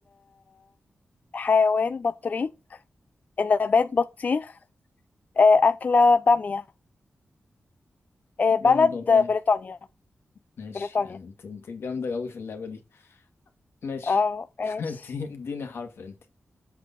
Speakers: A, on the left; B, on the left.
A: الحيوان بطريق النبات بطيخ آه أكلة بامية آه، بلد
B: جامد والله
A: بريطانيا
B: ماشي
A: بريطانيا
B: يعني انت انت جامدة قوي في اللعبة دي ماشي
A: اه ماشي
B: <laughs> انت اديني حرف انت